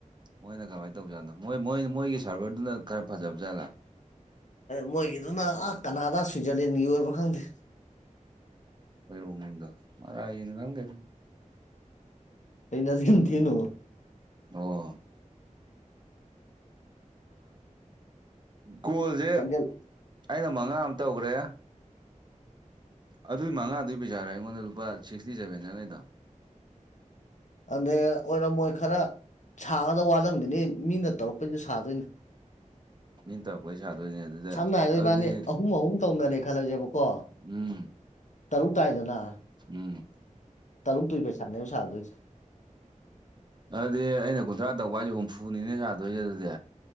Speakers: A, on the right; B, on the left.
A: ꯃꯣꯏꯅ ꯀꯃꯥꯏꯅ ꯇꯧꯖꯥꯠꯅꯣ ꯃꯣꯏ ꯃꯣꯏ ꯃꯣꯏꯒꯤ ꯁꯥꯔꯚꯔꯗꯨꯅ ꯈꯔ ꯐꯖꯕ ꯖꯥꯠꯂꯥ
B: ꯃꯣꯏꯒꯤꯗꯨꯅ ꯑ ꯀꯅꯥꯗ ꯁ꯭ꯋꯤꯖꯔꯂꯦꯟꯒꯤ ꯑꯣꯏꯕ ꯈꯪꯗꯦ
A: ꯑꯩꯣꯏ ꯔꯨꯝꯝꯗꯣ ꯃꯥꯥꯪꯒ
B: ꯑꯩ ꯅꯁꯒꯅ ꯊꯅ
A: ꯑꯣ ꯀꯣꯜꯁꯦ
B: ꯈꯪꯖꯜ
A: ꯑꯩꯅ ꯃꯉꯥ ꯑꯃ ꯇꯧꯈ꯭ꯔꯦ ꯑꯗꯨꯏ ꯃꯉꯥꯗꯨꯏ ꯄꯩꯁꯥꯔꯥ ꯑꯩꯉꯣꯟꯗ ꯂꯨꯄꯥ ꯁꯤꯛꯁꯇꯤ ꯁꯕꯦꯟ ꯆꯪꯉꯩꯗꯣ꯫
B: ꯑꯗ ꯑꯣꯏꯔꯝ ꯃꯣꯏ ꯈꯔ ꯁꯥꯒꯗꯕ ꯋꯥꯠꯂꯝꯒꯤꯅꯤ ꯃꯤꯅ ꯇꯧꯔꯛꯄꯩꯗꯨ ꯁꯥꯗꯣꯏꯅꯦ꯫
A: ꯃꯤꯅ ꯇꯧꯔꯛꯄꯩ ꯁꯥꯗꯣꯏꯅꯦ ꯑꯗꯨꯗ
B: ꯁꯝꯅ ꯍꯥꯏꯔꯕꯗ
A: ꯑꯗꯨꯗꯤ
B: ꯏꯕꯥꯅꯤ ꯑꯍꯨꯝ ꯑꯍꯨꯝ ꯇꯧꯅꯔꯦ ꯈꯜꯂꯁꯦꯕꯀꯣ꯫
A: ꯎꯝ
B: ꯇꯔꯨꯛ ꯇꯥꯏꯗꯅ
A: ꯎꯝ
B: ꯇꯔꯨꯛꯇꯨꯏ ꯄꯩꯁꯥꯅꯦꯕ ꯁꯥꯗꯣꯏꯁꯦ꯫
A: ꯑꯗꯨꯗꯤ ꯑꯩꯅ ꯀꯨꯟꯊ꯭ꯔꯥ ꯇꯧꯕ ꯍꯥꯏꯁꯦ ꯍꯨꯝꯐꯨꯅꯤꯅꯦ ꯁꯥꯗꯣꯏꯁꯦ ꯑꯗꯨꯗꯤ꯫